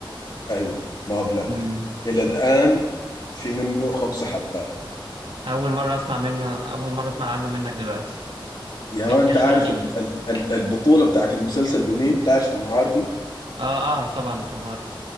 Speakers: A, on the left; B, on the right.
A: ايوه ما بلاند
B: مم.
A: الى الان في منه خمسة حلقات
B: اول مره اسمع منه اول مره اسمع عنه منك دلوقتي
A: يا
B: بيتكلم
A: ما انت عارف
B: عن ايه
A: ال ال ال البطولة بتاعت المسلسل بمين تعرف توم هاردي
B: اه اعرف طبعا توم هاردي